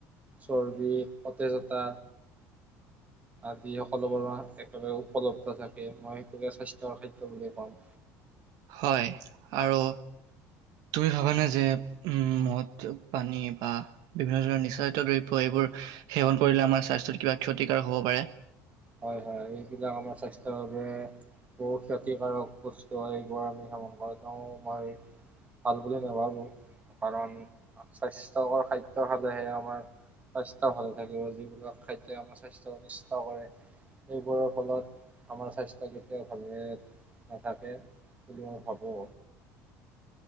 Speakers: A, on the right (about 20°); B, on the right (about 70°).
A: চৰ্বি, সতেজতা আদি সকলোবোৰ একলগে উপলব্ধ থাকে, মই সেইটোকে স্বাস্থ্যৰ খাদ্য বুলিয়ে কম।
B: হয় আৰু তুমি ভাবানে যে উ মদ, পানী বা বিভিন্ন ধৰণৰ নিচাজাতীয় দ্ৰব্য এইবোৰ সেৱন কৰিলে আমাৰ স্বাস্থ্যত কিবা ক্ষতিকাৰক হ'ব পাৰে।
A: হয়-হয় এইবিলাক আমাৰ স্বাস্থ্যৰ বাবে বহু ক্ষতিকাৰক বস্তু হয়, এইবোৰ আমি সেৱন কৰো, তেওঁ মই ভাল বুলি নাভাবো কাৰণ স্বাস্থ্যকৰ খাদ্য খালেহে আমাৰ স্বাস্থ্য ভালে থাকিব, যিবিলাক খাদ্য আমাৰ স্বাস্থ্য অনিষ্ট কৰে। এইবোৰৰ ফলত আমাৰ স্বাস্থ্য কেতিয়াও ভালৰে নাথাকে বুলি মই ভাবো।